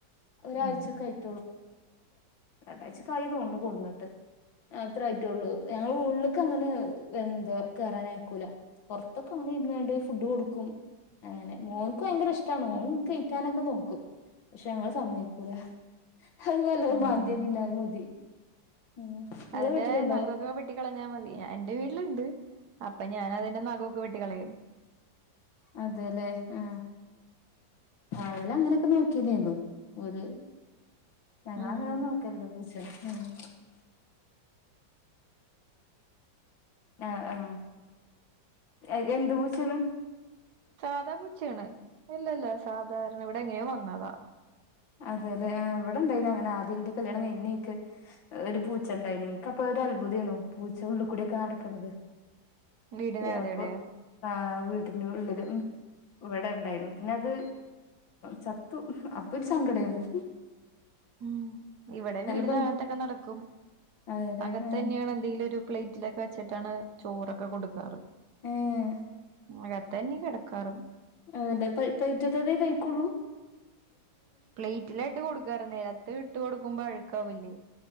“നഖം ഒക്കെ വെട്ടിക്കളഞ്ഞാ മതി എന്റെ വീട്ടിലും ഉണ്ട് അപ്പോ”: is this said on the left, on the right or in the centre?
Right